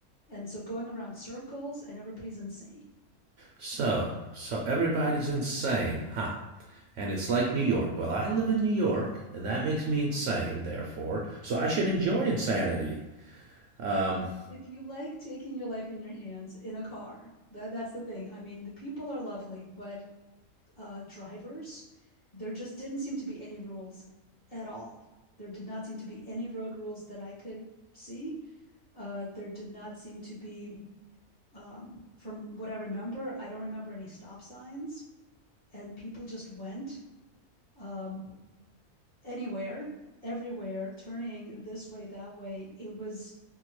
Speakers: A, on the left (about 30°); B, on the right (about 65°).
A: And so going around circles and everybody's insane.
B: So, so everybody's insane, huh? And it's like New York. Well, I live in New York, and that makes me insane, therefore, so I should enjoy insanity. Um,
A: if, if you like taking your life in your hands in a car, that that's the thing. I mean, the people are lovely, but uh, drivers, there just didn't seem to be any rules at all. There did not seem to be any road rules that I could see. Uh, there did not seem to be, um, from what I remember, I don't remember any stop signs, and people just went um, anywhere, everywhere, turning this way, that way. It was